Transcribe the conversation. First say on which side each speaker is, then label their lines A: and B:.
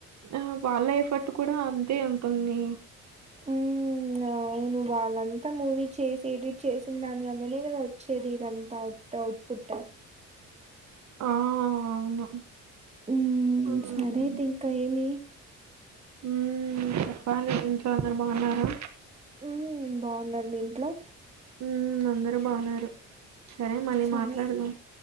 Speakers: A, on the right (about 65°); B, on the right (about 20°).
A: ఆ వాళ్ళ ఎఫర్ట్ కూడా అంతే ఉంటుంది
B: హ్మ్. అవును. వాళ్ళంతా మూవీ చేసి ఎడిట్ చేసిన దాని వలనే కదా వచ్చేది ఇదంతా అట్ అవుట్పుట్
A: ఆ అవును
B: ఉమ్
A: హ్మ్.
B: సరే అయితే ఇంకా ఏమి
A: ఉమ్ చెప్పంలి ఇంట్లో అందరు బాగున్నారు
B: మ్ బాగున్నార మీ ఇంట్లో
A: ఉమ్ అందరు బాగున్నారు సరే మళ్ళీ
B: సరే
A: మాట్లాడదాం